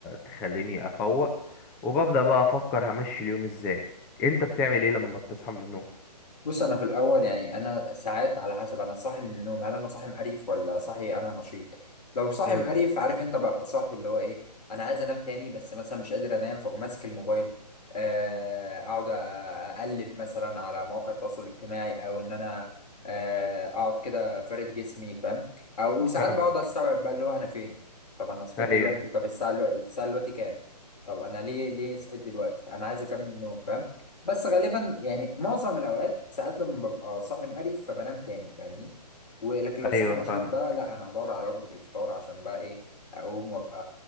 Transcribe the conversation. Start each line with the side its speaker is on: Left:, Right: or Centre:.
Centre: تخليني افوق وببدأ بقى افكر همشي اليوم ازاي انت بتعمل ايه لما بتصحى من النوم
Left: بص انا في الاول يعني انا ساعات على حسب انا صاحي من النوم هل انا صاحي مقريف ولا صاحي انا نشيط لو صاحي
Centre: امم
Left: مقريف عارف انت ببقى صاحي اللي هو ايه انا عايز انام تاني بس مثلا مش قادر انام فاقوم ماسك الموبايل آه، اقعد اقلب مثلا على مواقع التواصل الاجتماعي او ان انا آه، اقعد كده فارد جسمي فاهم او وساعات
Centre: فاهمك
Left: بقعد استوعب بقى اللي هو انا فين طب انا صحيت
Centre: ايوه
Left: دلوقتي طب الساعه الو- الساعه دلوقتي كام طب انا ليه ليه صحيت دلوقتي انا عايز اكمل نوم فاهم بس غالبا يعني معظم الاوقات ساعات لما ببقى صاحي مقرف فبنام تاني فاهمني ولكن لو صاحي
Centre: ايوه
Left: نشيط
Centre: فاهم
Left: بقى لا انا هدور على وجبة الفطار عشان بقى ايه اقوم وابقى